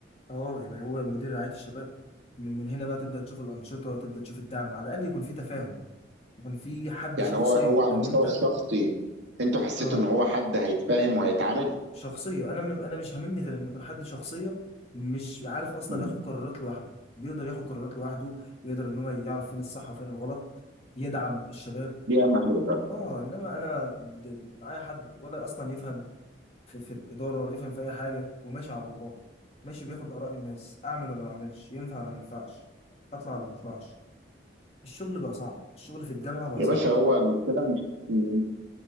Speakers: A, on the left; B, on the right.
A: اه يعني هو مدير رعايه الشباب من من هنا بقى تبدا تشوف الانشطه تبدا تشوف الدعم على الاقل يكون في تفاهم يكون في حد
B: يعني
A: شخصيه
B: هو هو على
A: لان
B: المستوى
A: انت
B: الشخصي انتوا حسيتوا
A: اه
B: ان هو حد هيتفاهم وهيتعامل
A: شخصيه انا م... انا مش هاممني غير ان يكون حد شخصيه مش عارف اصلا
B: مم.
A: ياخد قرارات لوحده بيقدر ياخد قرارات لوحده يقدر ان هو يعرف فين الصح وفين الغلط يدعم الشباب
B: دي اهم حاجه فعلا
A: اه انما انا د- د- معايا حد ولا اصلا يفهم في, في الاداره ولا يفهم في اي حاجه وماشي على الله ماشي بياخد اراء الناس اعمل ولا ما اعملش ينفع ولا ما ينفعش اطلع ولا ما اطلعش الشغل بقى صعب الشغل في الجامعه بقى
B: يا
A: صعب
B: باشا هو المشكله مش إن-